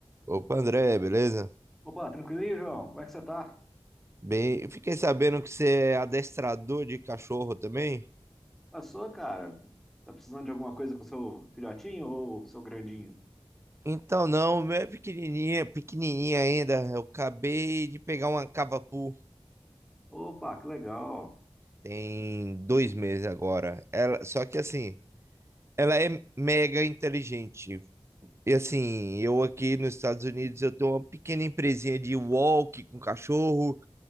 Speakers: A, on the right (about 25°); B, in the centre.
A: Opa, André, beleza?
B: Opa, tranquilo aí, João? Como é que você tá?
A: Bem, eu fiquei sabendo que você é adestrador de cachorro também.
B: Passou, cara? Tá precisando de alguma coisa com seu filhotinho ou seu grandinho?
A: Então, não, meu é pequenininha, pequenininha ainda. Eu acabei de pegar uma cavapu,
B: Opa, que legal!
A: tem dois meses agora. Ela, só que assim, ela é mega inteligente. E assim, eu aqui nos Estados Unidos, eu tenho uma pequena empresinha de walk com cachorro,